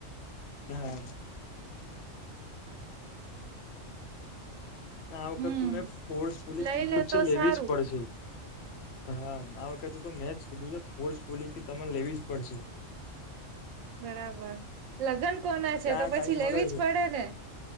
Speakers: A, on the left; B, on the right.
A: હા આ વખત
B: હમ
A: તો મેં ફોર્સ ફુલી
B: લઈ
A: કીધું
B: લે
A: જ છે,
B: તો
A: લેવી
B: સારું
A: જ પડશે. હા આ વખતે તો મેં જ કીધું છે ફોર્સફુલી કે તમારે લેવી જ પડશે
B: બરાબર લગ્ન કોના છે,
A: ક્યાં
B: તો પછી
A: ટાઈમ
B: લેવી
A: મળે
B: જ પડે ને.